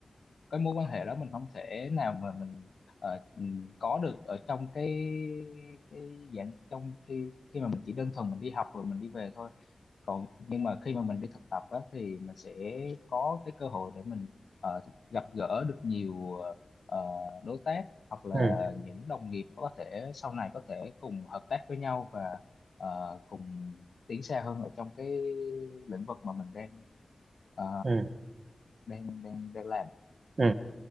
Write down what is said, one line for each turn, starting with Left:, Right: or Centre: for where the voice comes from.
Left: cái mối quan hệ đó mình không thể nào mà mình ờ, ừm, có được ở trong cái cái dạng trong khi khi mà mình chỉ đơn thuần mình đi học rồi mình đi về thôi còn nhưng mà khi mà mình đi thực tập á, thì mình sẽ có cái cơ hội để mình ờ, gặp gỡ được nhiều ờ, đối tác hoặc là
Right: ừ
Left: những đồng nghiệp có thể sau này có thể cùng hợp tác với nhau và ờ, cùng tiến xa hơn ở trong cái lĩnh vực mà mình đang ờ,
Right: ừ
Left: đang đang đang làm.
Right: ừ